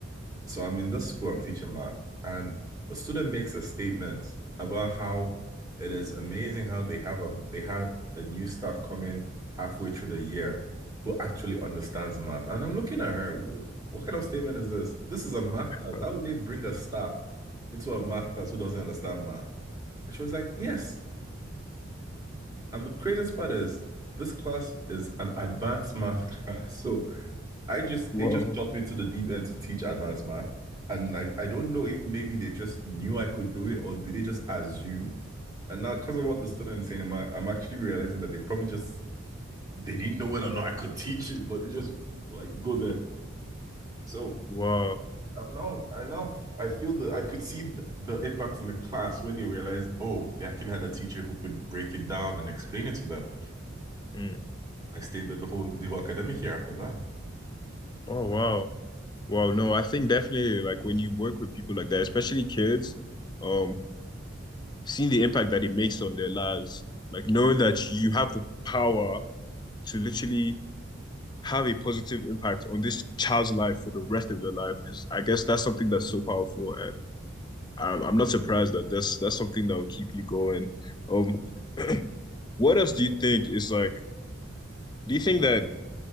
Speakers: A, on the right (about 20°); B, on the left (about 20°).
A: So I'm in this school, I'm teaching math, and a student makes a statement about how it is amazing how they have a they have a new staff coming halfway through the year who actually understands math. And I'm looking at her, "Wh- what kind of statement is this? This is a math class.
B: Huh.
A: How would they bring a staff into a math class who doesn't understand math? And she was like, yes. And the craziest part is this class is an advanced math <laughs> class. So I just
B: Wow.
A: they just tossed me to the deep end to teach advanced math. And I, I don't know if maybe they just knew I could do it or did they just assume? And now because of what the student is saying, I'm I'm actually realizing that they probably just they didn't know whether or not I could teach it, but it just like go there. So
B: Wow.
A: uh, now I now I feel that I could see the, the impact in the class when they realized, oh, they actually had a teacher who could break it down and explain it to them.
B: Mm.
A: I stayed there the whole the whole academic year after that.
B: Oh, wow. Wow. No, I think definitely like when you work with people like that, especially kids, um, seeing the impact that it makes on their lives, like knowing that you have the power to literally have a positive impact on this child's life for the rest of your life is, I guess, that's something that's so powerful, and I'm, I'm not surprised that that's that's something that will keep you going. Um, <clears throat> what else do you think is like? Do you think that